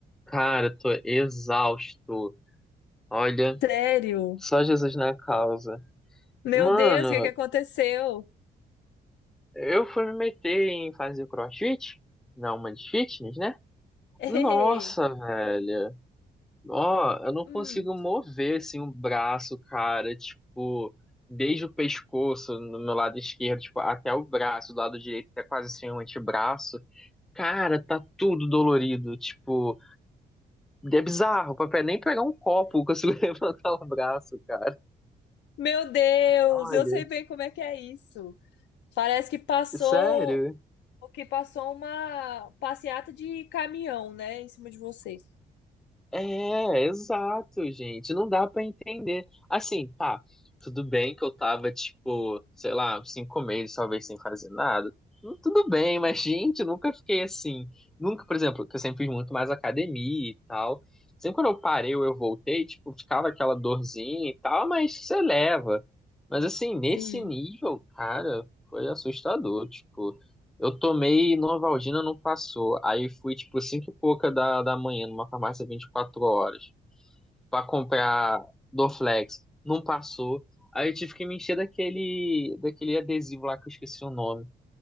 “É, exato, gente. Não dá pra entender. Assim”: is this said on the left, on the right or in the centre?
Centre